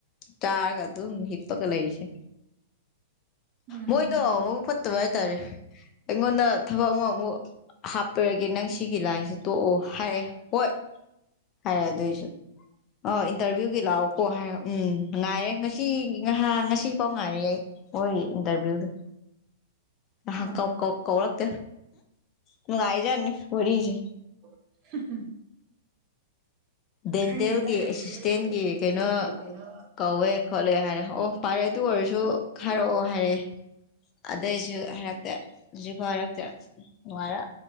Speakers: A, on the left; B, on the right.
A: ꯆꯥꯔꯒ ꯑꯗꯨꯝ ꯍꯤꯞꯄꯒ ꯂꯩꯔꯤꯁꯦ
B: <inaudible> ꯎꯝ
A: ꯃꯣꯏꯗꯣ ꯃꯕꯨꯛ ꯐꯠꯇꯕ ꯍꯥꯏꯇꯥꯔꯦ ꯑꯩꯉꯣꯟꯗ ꯊꯕꯛ ꯑꯃꯨꯛ ꯍꯥꯞꯄꯔꯒꯦ ꯅꯪ ꯁꯤꯒꯤ ꯂꯥꯏꯟꯁꯤ ꯇꯣꯛꯑꯣ ꯍꯥꯏꯔꯦ ꯍꯣꯏ ꯍꯥꯏꯔꯦ ꯑꯗꯨꯏꯁꯨ ꯑ ꯏꯟꯇꯔꯚꯤꯌꯨꯗꯤ ꯂꯥꯛꯑꯣꯀꯣ ꯍꯥꯏꯔ ꯎꯝ ꯉꯥꯏꯔꯦ ꯉꯁꯤ ꯉꯍ ꯉꯁꯤ ꯐꯥꯎ ꯉꯥꯏꯔꯤ ꯑꯩ ꯍꯣꯏ ꯏꯟꯇꯔꯚ꯭ꯌꯨꯗꯨ ꯅꯍꯟ
B: ꯎꯝ
A: ꯀꯧ ꯀꯧ ꯀꯧꯔꯛꯇꯦ ꯅꯨꯡꯉꯥꯏꯖꯥꯅꯤ ꯋꯥꯔꯤꯁꯦ
B: <unintelligible>
A: ꯗꯦꯟꯇꯦꯜꯒꯤ
B: ꯈꯪꯗꯦꯗ ꯁꯤꯁꯇꯦꯝꯒꯤ
A: ꯑꯦꯁꯤꯁꯇꯦꯟꯒꯤ
B: ꯁꯤꯁꯇꯦꯝꯒꯤ
A: ꯀꯩꯅꯣ
B: ꯀꯩꯅꯣ
A: ꯀꯧꯋꯦ ꯈꯣꯠꯂꯦ ꯍꯥꯏꯔꯦ ꯑꯣ ꯐꯥꯔꯦ ꯑꯗꯨ ꯑꯣꯏꯔꯁꯨ ꯍꯥꯏꯔꯛꯑꯣ ꯍꯥꯏꯔ‌ꯦ ꯑꯗꯩꯁꯨ ꯍꯥꯏꯔꯛꯇ‌ꯦ ꯍꯨꯖꯤꯛꯐꯥꯎ ꯍꯥꯏꯔꯛꯇ‌ꯦ ꯅꯨꯉꯥꯏꯔ